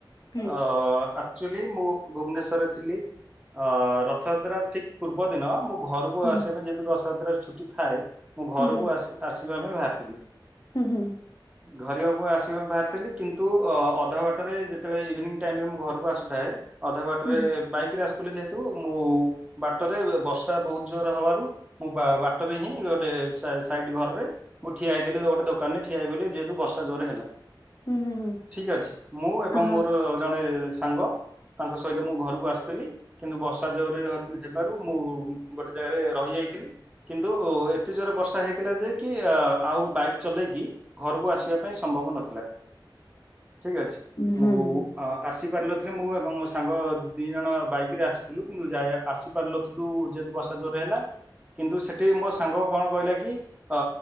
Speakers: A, on the left; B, on the right.
A: ହୁଁ
B: ଅ ଆକ୍ ଚୋଲି ମୁଁ ଭୁବନେଶ୍ଵରରେ ଥିଲି ଅ ରଥଯାତ୍ରା ଠିକ ପୂର୍ବ ଦିନ ମୁଁ ଘରୁକୁ
A: ହୁଁ
B: ଆସିବା ପାଇଁ ଯେହେତୁ ରଥଯାତ୍ରରେ ଛୁଟି ଥାଏ ମୁଁ ଘରକୁ
A: ହୁଁ
B: ଆସି ଆସିବା ପାଇଁ ଭାରିଥିଲି
A: ହୁଁ ହୁଁ।
B: ହୁଁ ଧରିବାକୁ ଆସି ମୁଁ ବାହାରିଥିଲି କିନ୍ତୁ ଅ ଅଧା ବାଟରେ ଯେତେବେଳେ ଇଭିନିଂ ଟାଇମରେ ମୁଁ ଘରକୁ ଆସୁଥାଏ ଅଧା ବାଟରେ
A: ହୁଁ
B: ବାଇକରେ ଆସୁଥୁଲି ଯେହେତୁ ମୁଁ ବାଟରେ ବେ ବର୍ଷା ବୋହୁତ ଜୋରେ ହବାରୁ ମୁଁ ବା ବାଟରେ ହିଁ ଗୋଟେ ସା ସାଇଡ ଘରରେ ମୁଁ ଠିଆ ହେଇଥିଲି ଯୋଉ ଗୋଟେ ଦୋକାନରେ ଠିଆ ହେଇପଇଲି ଯେହେତୁ ବର୍ଷା ଜୋରେ ହେଲା।
A: ହୁଁ ହୁଁ ହୁଁ
B: ଠିକ ଅଛି ମୁଁ ଏବଂ
A: ଆ
B: ମୋର ଜଣେ ସାଙ୍ଗ ତାଙ୍କ ସହିତ ମୁଁ ଘରୁକୁ ଆସଥିଲି। କିନ୍ତୁ ବର୍ଷା ଜୋରରେ ହ ହେବାରୁ ମୁଁ ଗୋଟେ ଜାଗାରେ ରହି ଯାଇଥିଲି। କିନ୍ତୁ ଏତେ ଜୋରେ ବର୍ଷା ହେଇଥିଲା ଯେ କି ଆ ଆଉ ବାଇକ୍ ଚଲେଇକି ଘରୁକୁ ଆସିବା ପାଇଁ ସମ୍ଭବ ନଥିଲା ଠିକ ଅଛି
A: ହୁଁ
B: ମୁଁ
A: ହୁଁ।
B: ଅ ଆସିପାରିନଥିଲେ ମୁଁ ଏବଂ ମୋ ସାଙ୍ଗ ଦିଇ ଜଣ ବାଇକରେ ଆସ୍ ସୁଥୁଲୁ କିନ୍ତୁ ଯାଇ ଆ ଆସିପାରନଥୁଲୁ ଯେହେତୁ ବର୍ଷା ଜୋରରେ ହେଲା କିନ୍ତୁ ସେ ଏଠି ମୋ ସାଙ୍ଗ କଣ କହିଲାକି ଅ